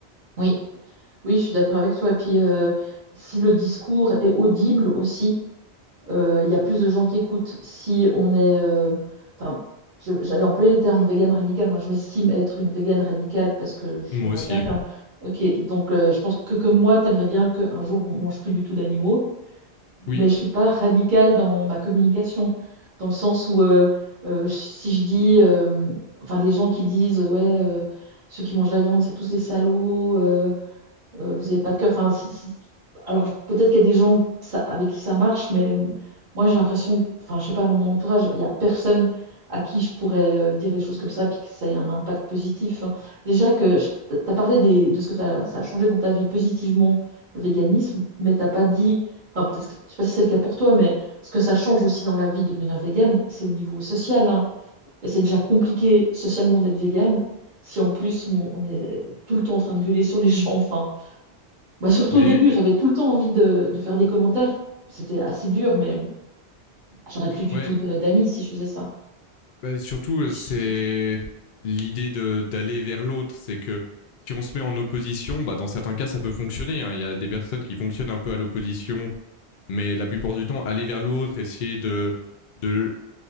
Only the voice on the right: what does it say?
oui. Oui, je suis d'accord avec toi. Puis euh, si le discours est audible aussi, euh, il y a plus de gens qui écoutent. Si on est, euh, enfin, je- j'allais employer le terme végane radicale. Moi, je m'estime être une végane radicale parce que j'aimerais
bien qu'un. Ok, donc euh, je pense que comme moi, t'aimerais bien qu'un jour on mange plus du tout d'animaux,
mais je suis pas radicale dans ma communication, dans le sens où euh, euh, si je dis, euh, enfin, les gens qui disent, ouais, euh, ceux qui mangent la viande, c'est tous des salauds. euh, euh, vous n'avez pas de cœur. Enfin, si- si- alors peut-être qu'il y a des gens que ça- avec qui ça marche, mais moi j'ai l'impression, enfin je sais pas, dans mon entourage, il n'y a personne à qui je pourrais euh, dire des choses comme ça, puis que ça ait un impact positif. Déjà que tu as parlé des- de ce que t'as- ça a changé dans ta vie positivement, le véganisme, mais t'as pas dit, enfin peut-être, que- je sais pas si c'est le cas pour toi, mais ce que ça change aussi dans la vie de devenir végane, c'est au niveau social, hein. Et c'est déjà compliqué socialement d'être végane. Si en plus on, on est tout le temps en train de gueuler sur les gens, enfin, bah, surtout
au début,
j'avais tout le temps envie de, de faire des commentaires. C'était assez dur, mais j'aurais plus du
tout de- d'amis si je faisais ça.
Juste
titre.